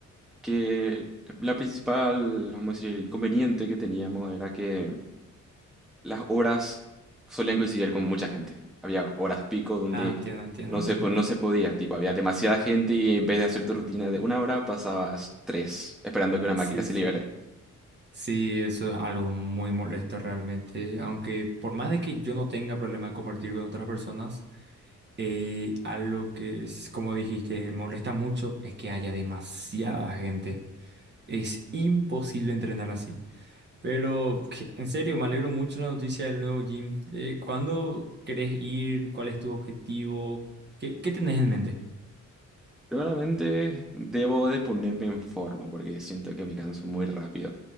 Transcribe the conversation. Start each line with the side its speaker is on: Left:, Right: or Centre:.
Centre: que la principal, vamos a decir, inconveniente que teníamos era que las horas solían coincidir con mucha gente. Había horas pico donde
Right: Ah, entiendo, entiendo,
Centre: no
Right: entiendo.
Centre: se, po- no se podía, tipo, había demasiada gente y en vez de hacer tu rutina de una hora pasabas tres esperando que una máquina
Right: Sí,
Centre: se libere.
Right: sí, eso es algo muy molesto realmente, aunque por más de que yo no tenga problema de compartir con otras personas, eh, algo que es, como dijiste, molesta mucho es que haya demasiada gente. Es imposible entrenar así. Pero que- en serio, me alegro mucho de la noticia del nuevo gym. Eh, ¿cuándo querés ir? ¿Cuál es tu objetivo? ¿Qué, qué tenés en mente?
Centre: Seguramente debo de ponerme en forma porque siento que me canso muy rápido.